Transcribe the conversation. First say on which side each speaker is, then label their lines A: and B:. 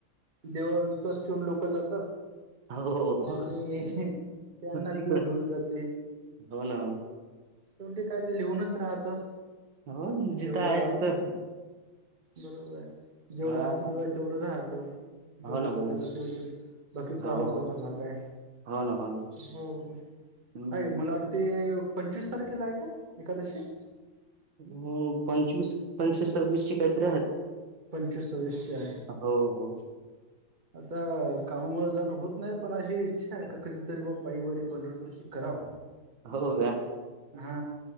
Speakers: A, on the right; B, on the right.
A: देवावर विश्वास ठेवून लोक जातात.
B: हो. हो.
A: आणि, त्यांनाच
B: तिकडे
A: देव घेऊन जाते.
B: हो ना
A: शेवटी काय ते लिहूनच राहत.
B: हो ना, जिथं
A: जेवढ
B: आहे
A: आप
B: तिथं
A: बरोबर आहे. जेवढ
B: हां.
A: अस्तित्व आहे तेवढ राहत. जेवढ
B: हो ना,
A: जगायच
B: हो ना.
A: तेवढ, बाकी प्रारब्धचा
B: हो, हो.
A: भाग आहे.
B: हो ना, हो ना.
A: हो,
B: हं.
A: आहे क मला वाट ते, पंचवीस तारखेला आहे का एकादशी.
B: हो, पंचवीस पंचवीस, सव्वीसची कायत आहेत.
A: पंचसवीस सव्वीसची आहे.
B: हो, हो.
A: आता कामामुळे जाण होत नाही. पण अशी इच्छा आहे का कधीतरी बा पाईवारी पंढरपूरची कराव.
B: हो का?
A: हा,